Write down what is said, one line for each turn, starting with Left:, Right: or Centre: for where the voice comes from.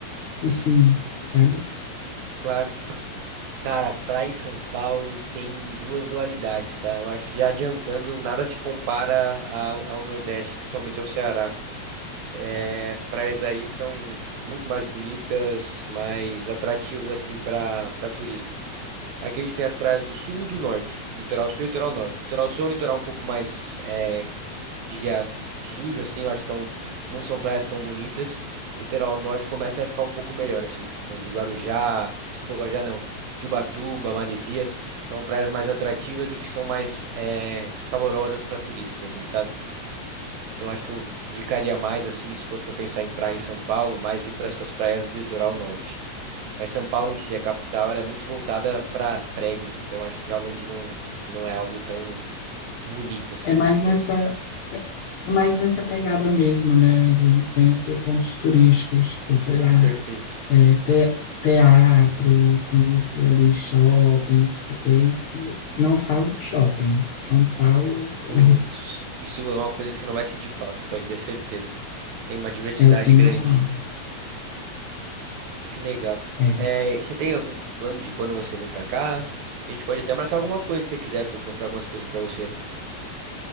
Left: assim, sabe?
Right: claro. Cara, praia em São Paulo tem duas dualidades, tá? Eu acho que já adiantando, nada se compara ao, ao Nordeste, principalmente ao Ceará. É, as praias daí são muito mais bonitas, mais atrativas assim para para turismo. Aqui a gente tem as praias do sul e do norte, litoral sul e litoral norte. Litoral sul é um litoral um pouco mais, é, diria, sujo assim, eu acho que é um, não são praias tão bonitas. Litoral norte começa a ficar um pouco melhor assim, falando de Guarujá, desculpa, Guarujá não, de Ubatuba, Maresias, são praias mais atrativas e que são mais é, calorosas para turistas assim, sabe? Então acho que eu indicaria mais assim, se fosse para pensar em praia em São Paulo, mais ir para essas praias do litoral norte. Mas São Paulo em si, a capital, ela é muito voltada para prédios, então acho que realmente não não é algo tão bonito assim
Left: É mais
Right: de se ver.
Left: nessa, é mais nessa pegada mesmo, né? De conhecer pontos turísticos, tipo, sei lá,
Right: Perfeito.
Left: é, te- teatro, conhecer ali shoppings, porque não falta shopping. São Paulo
Right: São
Left: <laughs>
Right: muitos. Isso é uma coisa que você não vai sentir falta, pode ter certeza. Tem uma diversidade
Left: é o que
Right: grande.
Left: não falta.
Right: Que legal.
Left: É.
Right: É, e você tem algum plano de quando você vem para cá? A gente pode até marcar alguma coisa se você quiser para eu mostrar algumas coisas para você.